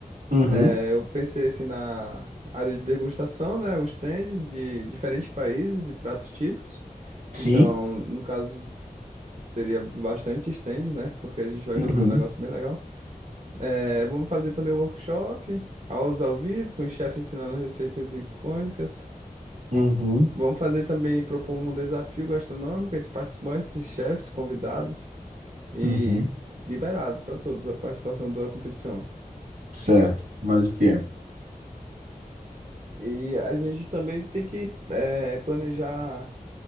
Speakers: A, on the right; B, on the right.
A: Uhum,
B: É, eu pensei assim na área de degustação, né? Os stands de diferentes países e pratos típicos.
A: sim.
B: Então, no caso, teria bastante stands, né? Porque a gente vai
A: Uhum,
B: fazer um negócio bem legal. É, vamos fazer também workshop, aulas ao vivo, com o chefe ensinando receitas icônicas.
A: uhum,
B: Vamos fazer também, propor um desafio gastronômico entre participantes e chefes convidados e
A: uhum.
B: liberado para todos a participação da competição.
A: Certo. Mas o quê?
B: E a gente também tem que eh, planejar